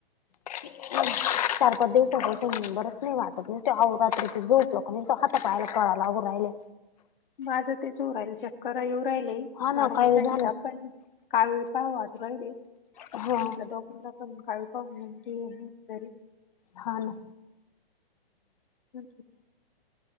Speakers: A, on the left (about 40°); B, on the left (about 60°).
A: चार पाच दिवसांपासून बरंच नाही वाटत अहो रात्रीचं झोपलं की नुसतं हातापायाला कळा लागून राहिले.
B: माझं तेच होऊ राहिलं चक्कर येऊ राहिल
A: हा ना
B: नॉर्मल
A: काही
B: थंडी,
A: झालं
B: ताप पण कावीळ पाहू वाटू राहिली म्हटलं <unintelligible>
A: हा हा
B: कावीळ हो माहिती आहे तरी प
A: हा. ना.
B: र